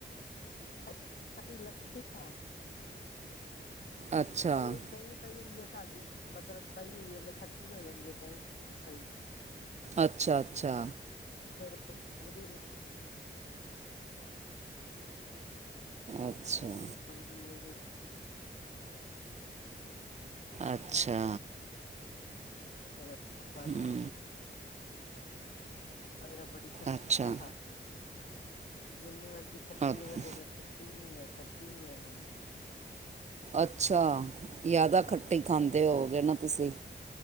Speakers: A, on the left; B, on the right.
A: ਕ ਖੱਟੀ ਲੱਸੀ। ਹੈ
B: ਅੱਛਾ
A: ਕਈ ਵਾਰੀ ਦਹੀਂ ਪਈ ਹੁੰਦੀ ਹੈ ਸਾਡੀ। ਮਤਲਬ ਪਈ ਹੋਈ ਏ ਤੇ ਖੱਟੀ ਹੋ ਜਾਂਦੀ ਐ ਦਹੀਂ ਪਈ।
B: ਅੱਛਾ, ਅੱਛਾ।
A: ਫੇਰ <unintelligible>
B: ਅੱਛਾ
A: ਦੀ ਹੈ ਜੇ <unintelligible>
B: ਅੱਛਾ।
A: ਫਿਰ ਬਸ
B: ਹੂੰ
A: <unintelligible> ਬੜੀ ਖੱਟੀ
B: ਅੱਛਾ
A: ਕੜੀ ਖਾਂਦਾ ਜਿੰਨੀ ਮਰਜ਼ੀ ਖੱਟੀ
B: ਅ-
A: ਹੋਵੇ ਕਿਹ ਗਾ ਖ <unintelligible> ਐ, ਖੱਟੀ ਨਈ ਐ, ਮੰਮੀ।
B: ਅੱਛਾ, ਜ਼ਿਆਦਾ
A: ਹਾਂ
B: ਖੱਟੀ ਖਾਂਦੇ ਹੋਗੇ ਨਾ ਤੁਸੀਂ।